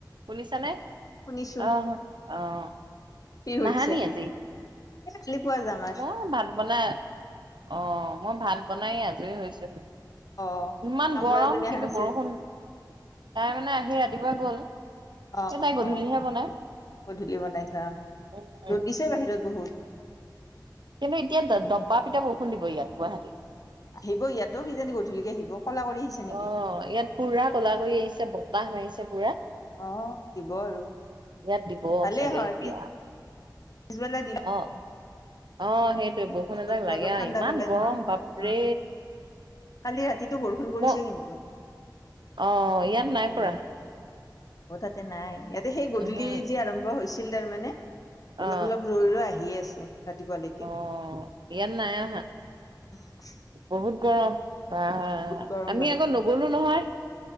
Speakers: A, on the right; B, on the left.
A: শুনিছানে?
B: শুনিছো
A: অ', আহ,
B: কি কৰিছা
A: নাহানি আজি?
B: এ, কালি পুৱা যাম। আৰু
A: এ, ভাত বনাই অ', মই ভাত বনাই আজৰি হৈছোঁ হে।
B: অ
A: ইমান
B: কাম
A: গৰম
B: কৰাজনী অহা
A: কিন্তু
B: নাছিল
A: বৰষুণ, তাই মানে আহি ৰাতিপুৱা গ'ল।
B: অ',
A: এই
B: অ',
A: তাই গধূলিহে
B: অ',
A: বনাই
B: গধূলি বনাই থোৱা আহ,
A: উম
B: ৰ'দ দিছে বাহিৰত বহুত।
A: কিন্তু এতিয়া দবা পিতা বৰষুণ দিব ইয়াত গুৱাহাটীত।
B: আহিব ইয়াতো কিজানি গধূলিকে আহিব কলা কৰি আহিছে নেকি
A: অহ, ইয়াত পুৰা কলা কৰি আহিছে বত হ মাৰিছে পুৰা।
B: অ', দিব আৰু।
A: ইয়াত দিব
B: ভালেই
A: চাগে
B: হয়
A: এতিয়া।
B: পিছবেলা দিলে
A: অ'। অ', সেইটোৱে বৰষুণ
B: বতৰটো
A: এজাক লাগে
B: অলপ
A: আৰু
B: ঠাণ্ডা
A: ইমান
B: পেলাই
A: গৰম
B: নহয়
A: বাপৰে।
B: উম কালি ৰাতিটো বৰষুণ পৰিছে
A: ম
B: কিন্তু।
A: অ', ইয়াত নাই
B: ইফালে
A: পৰা।
B: অ', তাতে নাই ইয়াতে সেই গধূলি
A: উহু
B: যি আৰম্ভ হৈছিল তাৰমানে
A: অ
B: অলপ, অলপ ৰৈ, ৰৈ আহিয়ে আছে ৰাতিপুৱালৈকে।
A: অ', ইয়াত নাই আহা।
B: অ'।
A: বহুত গৰম অহ,
B: গৰম
A: আমি আগত নগ'লো নহয়।